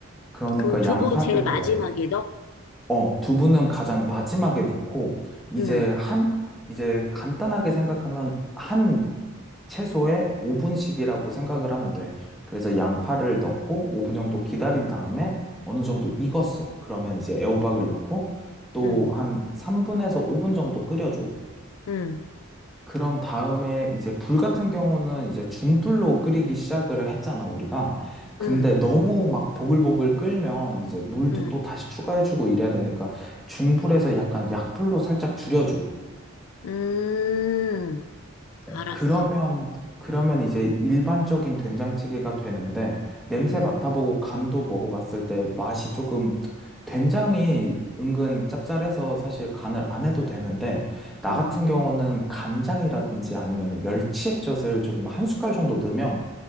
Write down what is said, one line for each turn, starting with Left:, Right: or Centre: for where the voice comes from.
Centre: 그러니까
Left: 그럼 두부
Centre: 양파를
Left: 제일 마지막에
Centre: 넣어야 돼.
Left: 넣어?
Centre: 어, 두부는 가장 마지막에 넣고 이제
Left: 응,
Centre: 한 이제 간단하게 생각하면 한 최소에 5분씩이라고 생각을 하면 돼. 그래서 양파를 넣고 5분 정도 기다린 다음에 어느 정도 익었어. 그러면 이제 애호박을 넣고 또
Left: 응,
Centre: 한 3분에서 5분 정도 끓여줘.
Left: 응,
Centre: 그런 다음에 이제 불 같은 경우는 이제 중불로 끓이기 시작을 했잖아, 우리가. 근데
Left: 응,
Centre: 너무 막 보글보글 끓면 이제 물도
Left: 응,
Centre: 또 다시 추가해주고 이래야 되니까 중불에서 약간 약불로 살짝 줄여줘.
Left: 음,
Centre: 어,
Left: 알았어.
Centre: 그러면, 그러면 이제 일반적인 된장찌개가 되는데, 냄새
Left: 음.
Centre: 맡아보고 간도 먹어봤을 때 맛이 조금, 된장이 은근 짭짤해서 사실 간을 안 해도 되는데, 나
Left: 음.
Centre: 같은 경우는 간장이라든지 아니면 멸치액젓을 조금 한 숟갈 정도 넣으면